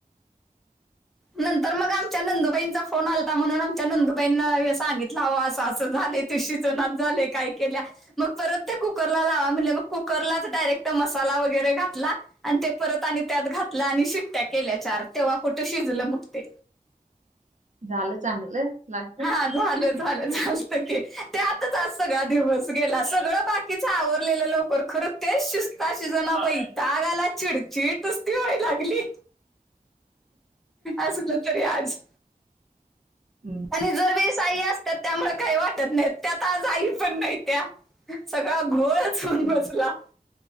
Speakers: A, in the centre; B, on the right.
A: नंतर मग आण आमच्या नंदुबाईंचा फोन आलता म्हणून आमच्या नंदूबाईंना हे सांगितल हो असं असं झालय. शिजना झालय काय केल्या मग परत ते कुकरला लावा म्हणले मग कुकरलाच डायरेक्ट मसाला वगैरे घातला. आणि ते परत आणि त्यात घातलं आणि शिट्ट्या केल्या चार तेव्हा कुठ शिजलं मग ते
B: झालं चांगलं लागत.
A: हा झालं झालं झालंत ते त्यातच आज सगळा दिवस गेला सगळं बाकी तिच आवरलेलं लवकर खरं तेच शिजता शिजना बाई त्यावेळेला चिडचिड ती रडायला लागली असल तरी आज.
B: हं.
A: आणि जर वेळ साई अस. त्यामुळे काही वाटत नाही त्यात आज आई पण नाही त्या सगळ घोळ. सून
B: हं,
A: बसला